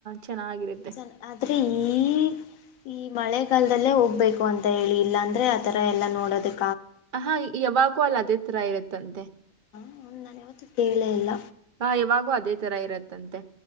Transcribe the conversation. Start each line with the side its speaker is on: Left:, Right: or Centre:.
Right: ಚೆನ್ನಾಗಿರುತ್ತೆ
Left: ಚೆನ್ನ ಆದ್ರೆ ಈ ಈ ಮಳೆಗಾಲದಲ್ಲೇ ಹೋಗ್ಬೇಕು ಅಂತ ಹೇಳಿ ಇಲ್ಲ ಅಂದ್ರೆ ಆತರ ಎಲ್ಲಾ ನೋಡೋದಕ್ಕೆ
Right: ಹಾ ಯಾವಾಗೂ ಅಲ್ಲ ಅದೇ ತರ ಇರುತ್ತಂತೆ
Left: ಹ್ ನಾನ ಯಾವತ್ತು ಕೇಳೇ ಇಲ್ಲ
Right: ಹ ಇವಾಗೂ ಅದೇ ತರ ಇರತ್ತಂತೆ